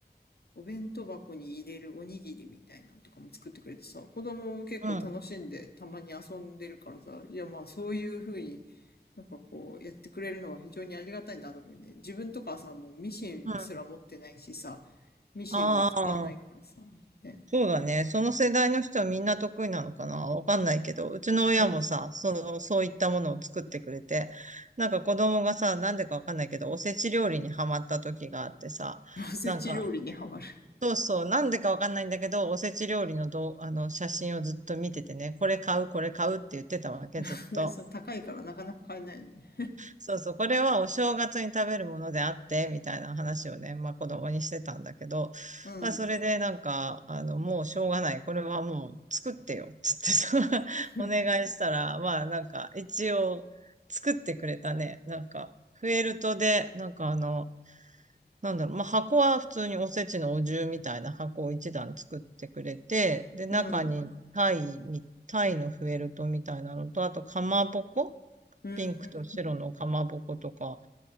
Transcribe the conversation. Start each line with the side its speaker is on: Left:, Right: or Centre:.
Left: お弁当箱に入れるおにぎりみたいなのとかも作ってくれてさ、子供も結構楽しんでたまに遊んでるからさ、
Right: うん、
Left: いやまあそういう風になんかこうやってくれるのは非常にありがたいなと思うね。自分とかさ、もうミシンすら持ってないしさ、
Right: うん、
Left: ミシンも使わないからさ、
Right: ああ
Left: ね。
Right: そうだね。その世代の人はみんな得意なのかなわかんないけど、うちの親もさ、
Left: うん。
Right: その、そういったものを作ってくれて、なんか子供がさ、なんでかわかんないけど、おせち料理にハマった時があってさ、
Left: おせち料理にハマる。
Right: なんか、そうそう、なんでかわかんないんだけど、おせち料理のどう、あの、写真をずっと見ててね、これ買う、これ買うって言ってたわけ、
Left: <laughs>
Right: ずっと。
Left: 高いからなかなか買えないよね。
Right: そうそう、これはお正月に食べるものであって、みたいな話をね、まあ子供にしてたんだけど、
Left: うん。
Right: まあそれでなんか、あの、もうしょうがない。これはもう作ってよ。つってさ、<laughs>
Left: <laughs>
Right: お願いしたら、まあなんか一応作ってくれたね。なんか、フェルトで、なんかあの、なんだろう、まあ箱は普通におせちのお重みたいな箱を一段作ってくれて、で、中にタイみ、
Left: うん。
Right: タイのフェルトみたいなのと、あとかまぼこ
Left: うん。
Right: ピンクと白のかまぼことか、